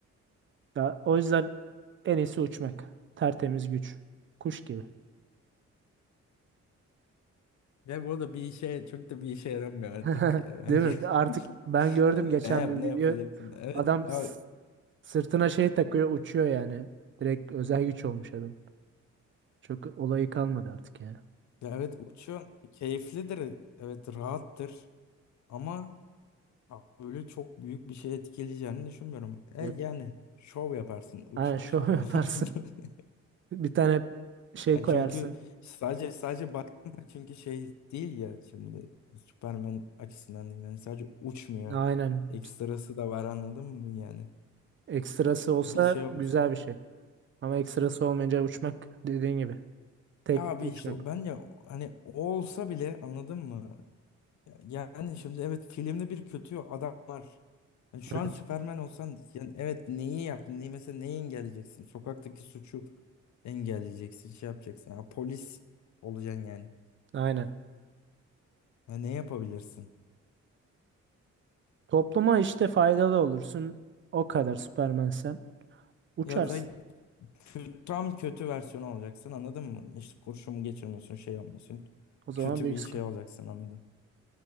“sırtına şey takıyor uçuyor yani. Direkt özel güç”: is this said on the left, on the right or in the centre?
Right